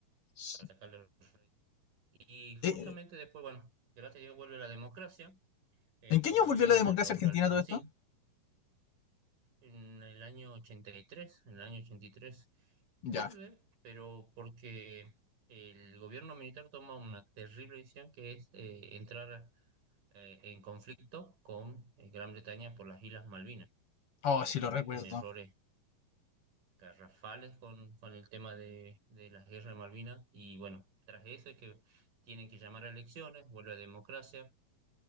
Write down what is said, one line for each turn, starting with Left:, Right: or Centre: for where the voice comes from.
Left: S-
Right: para sacarle los réditos. Y justamente
Left: eh,
Right: después, bueno, gracias a Dios vuelve la democracia eh,
Left: ¿En qué
Right: con
Left: año
Right: el gobierno
Left: volvió la democracia
Right: de Raúl
Left: argentina
Right: Alfonsín.
Left: todo esto?
Right: en el año ochenta y tres en el año 83 vuelve,
Left: Ya.
Right: pero porque el gobierno militar toma una terrible decisión que es eh, entrar eh, en conflicto con eh, Gran Bretaña por las Islas Malvinas
Left: Oh,
Right: y
Left: sí
Right: cometen
Left: lo recuerdo.
Right: errores garrafales con, con el tema de, de la guerra de Malvinas y bueno, tras eso es que tienen que llamar a elecciones, vuelve a democracia,